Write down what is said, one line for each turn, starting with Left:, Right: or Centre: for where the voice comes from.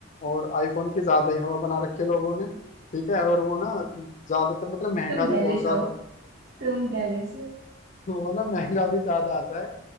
Left: और आईफोन की ज्यादा ही हवा बना रखी है लोगों ने ठीक है और वो ना ज्यादातर मतलब महंगा
Right: तुम
Left: भी
Right: जेलस
Left: बहुत ज्यादा
Right: हो
Left: <laughs>
Right: तुम जेलस हो
Left: वो ना महंगा भी ज्यादा आता है